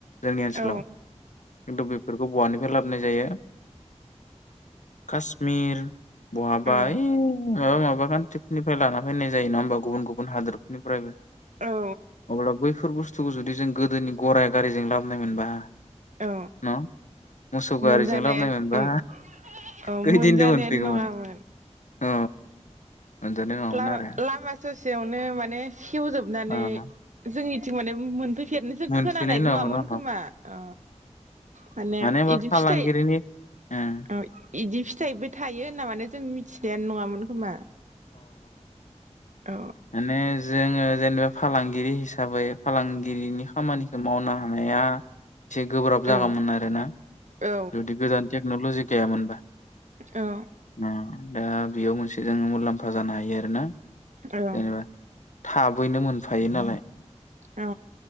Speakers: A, on the left; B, on the right.
A: जोंनि ओनसोलाव
B: औ
A: किन्तु बेफोरखौ बहानिफ्राय लाबनाय जायो कासमिर बहाबा
B: औ
A: ओइ माबा माबा कान्तिफोरनिफ्राय लाना फायनाय जायो नङा होमबा गुबुन गुबुन हादरफोरनिफ्रायबो
B: औ
A: अब्ला बैफोर बुस्थुखौ जुदि जों गोदोनि गराइ गारिजों लाबोनाय मोनबा
B: औ
A: न' मोसौ गारिजों
B: मोनजानायान
A: लाबोनाय मोनबा
B: उम औ
A: खैदिनदो
B: मोनजानायानो
A: मोनफैगौमोन
B: नङामोन
A: औ मोनजानाय नङामोन
B: लामा
A: आरो
B: लामा ससे सयावनो माने सेवजोबनानै
A: अ
B: जोंनिथिं माने मोनफै फेरनोजों
A: मोनफैनाय
B: खोनानायबो नङामोन
A: अ
B: खोमा अ मानेम
A: मानो होनबा
B: इदि
A: फालांगिरिनि
B: फिथाइ
A: ओं
B: ओ इदि फिथाइबो थायो होनना माने जों मिथिखायानो नङामोन खोमा औ
A: मानेज जोङो जेनेबा फालांगिरि हिसाबै फालांगिरिनि खामानिखौ मावनो हानाया इसे गोब्राब जागामोन
B: औ
A: आर ना
B: औ
A: जुदि गोदान टेक्न'ल'जि गैयामोनबा
B: औ
A: ओ दा बेयाव मोनसे जोङो मुलाम्फा जानो हायो आरोना
B: औ
A: जेनेबा थाबैनो मोनफायो नालाय
B: औ